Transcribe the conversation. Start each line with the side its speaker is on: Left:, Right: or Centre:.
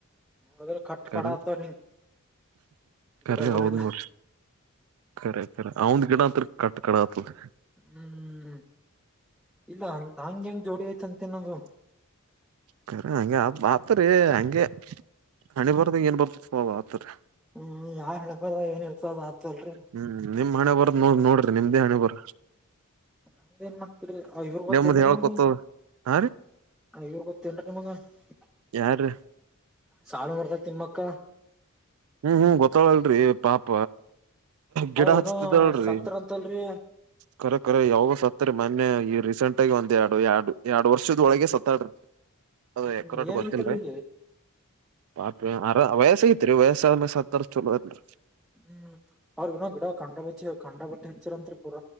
Centre: ನೋಡಿದ್ರ ಕಟ್
Right: ಕರೆ
Centre: ಕಡ ಆತವ್ರಿ ಹಿಂಗ್
Right: ಕರೆ
Centre: ಗಿಡಗಳೆಲ್ಲ
Right: ಹೌನ್ೋ. ರಿಖರಿ ಅವಂದ್ ಗಿಡ ಅತ್ ಕಟ್ ಕಡ. ಆತದ
Centre: ಹ್ಮ್ ಇಲ್ಲ ಹಂಗ ಹೆಂಗ ಜೋಡಿ ಆಯ್ತಂತನದು.
Right: ಕರ ಹಂಗೆ ಆ ಆತರಿ ಹಂಗೆ ಹಣಿ ಬರ್ದಂಗ ಏನ್ ಬರ್ತ ಆತರಿ.
Centre: ಹ್ಮ್ ಯಾರ್ ಹೆಕ್ಬಾರ ಏನ್ ಇರ್ತದ ಆತಲ್ರರಿ.
Right: ಹ್ಮ್ ನಿಮ್ ಹಣೆ ಬರದ ನೋ ನೋಡ್ರಿ ನಿಮ್ದೇ ಹಣೆ ಬರ.
Centre: ನಮ್ದ ಏನ್ ಮಾಡ್ತರಿ ಐವರ್ ಗೊತ್ತೇಏನ್ೀ
Right: ನಿಮ್ದ್ ಹೇಳ್ಕೊತದ
Centre: ನಿಮ್ಗೆ
Right: ಹಾ ರೀ
Centre: ಐವ. <unintelligible>
Right: ಯಾರ್ರೀ
Centre: ಸಾಲು ಮರದ ತಿಮ್ಮಕ್ಕ.
Right: ಹ್ಮ್ ಹ್ಮ್ ಗೊತ್ತಳಲ್ರಿ ಪಾಪ. ಗಿಡ
Centre: ಅವ್ರ
Right: ಹಚ್ತಿದಳರಿ
Centre: ಏನೋ ಸತ್ರ ಅಂತಲ್ರಿ
Right: ಕರ ಕರ ಯಾವ ಸತ್ತರಿ ಮನ್ಯ. ರೀಸೆಂಟ್ ಆಗಿ ಒಂದ್ ಎರಡು ಎರಡು ಎರಡು ವರ್ಷದ ಒಳಗೆ ಸತ್ತಾಡ್ರ. ಅದ
Centre: ಹ್ಮ್
Right: ಎಕರೋಟ್ಟ
Centre: ಏನಗತ್ರಿ
Right: ಗೊತ್ತನ್ ರೀ. ಪಾಪ ಅರ ವಯಸ್ಸ ಐತ್ರಿ ವಯಸ್ಸಾದ್ಮ ಸತ್ತರ ಚಲೋ ಅತ್ರಿ.
Centre: ಹ್ಮ್ ಅವ್ರಗ ಗಿಡ ಕಂಡ ಬಚ್ಚಿ ಕಂಡ ಬಟ್ಟೆ ಹೆಚ್ಚರಂತ್ರಿ ಪೂರ.